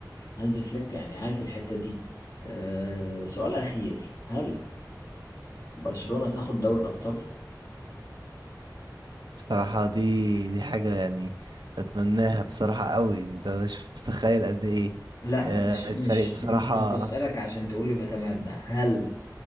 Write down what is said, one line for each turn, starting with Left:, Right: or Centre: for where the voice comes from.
Left: هانز فليك يعني عارف الحتة دي آه، سؤال أخير هل برشلونة تاخد دوري الأبطال؟
Right: بصراحة دي دي حاجة يعني اتمناها بصراحة قوي انت مش متخيل قد ايه
Left: لا
Right: آه،
Left: مش
Right: الفريق
Left: مش
Right: بصراحة
Left: مش بسألك عشان تقول لي بتمنى هل